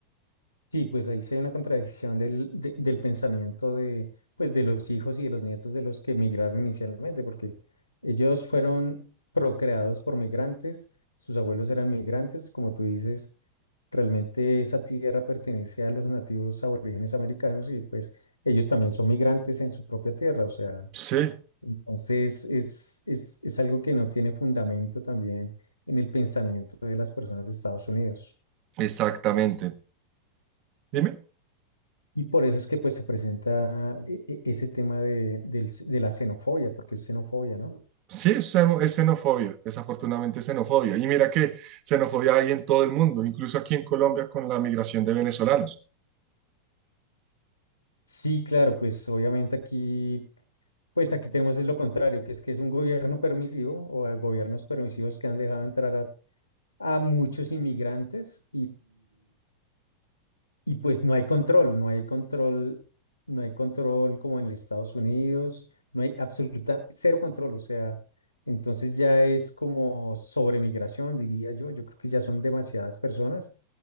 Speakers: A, on the left (about 80°); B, on the right (about 40°).
A: Sí, pues ahí se ve una contradicción del, de- del pensamiento de, pues, de los hijos y de los nietos de los que emigraron inicialmente, porque ellos fueron procreados por migrantes, sus abuelos eran migrantes, como tú dices, realmente esa tierra pertenece a los nativos aborígenes americanos y pues ellos también son migrantes en su propia tierra, o sea,
B: Sí,
A: entonces es, es, es algo que no tiene fundamento también en el pensamiento de las personas de Estados Unidos.
B: exactamente. Dime.
A: Y por eso es que pues se presenta e- e- ese tema de, del c- de la xenofobia, porque es xenofobia, ¿no?
B: Sí, es, xeno- es xenofobia, desafortunadamente es xenofobia. Y mira que xenofobia hay en todo el mundo, incluso aquí en Colombia con la migración de venezolanos.
A: Sí, claro, pues obviamente aquí, pues aquí tenemos es lo contrario, que es que es un gobierno permisivo o a gobiernos permisivos que han dejado entrar a, a muchos inmigrantes Y pues no hay control, no hay control, no hay control como en Estados Unidos, no hay absoluta, cero control, o sea, entonces ya es como sobremigración, diría yo, yo creo que ya son demasiadas personas,